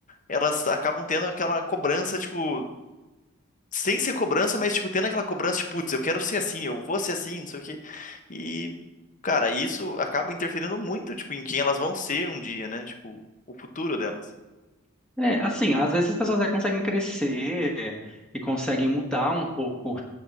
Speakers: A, on the left; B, in the centre.
A: Elas acabam tendo aquela cobrança, tipo sem ser cobrança, mas, tipo, tendo aquela cobrança de, putz, eu quero ser assim, eu vou ser assim, não sei o quê. E, cara, isso acaba interferindo muito, tipo, em quem elas vão ser um dia, né? Tipo, o futuro delas.
B: É, assim, às vezes as pessoas até conseguem crescer e conseguem mudar um pouco